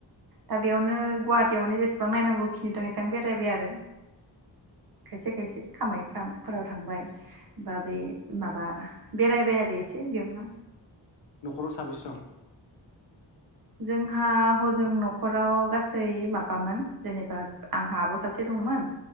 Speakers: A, on the right; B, on the left.
A: दा बेयावनो गुवाहाटीयावनो जेसेबां नायनांगौ खिनि दं एसेबां बेरायबाय आरो खायसे खायसे कामाख्या फोराव थांबाय बा बेै माबा बेरायबाय आरो एसे बेयावनो
B: न'खराव साबसे दं?
A: जोंहा हजों न'खराव गासै माबामोन जेनेबा आंहा आब' सासे दंमोन।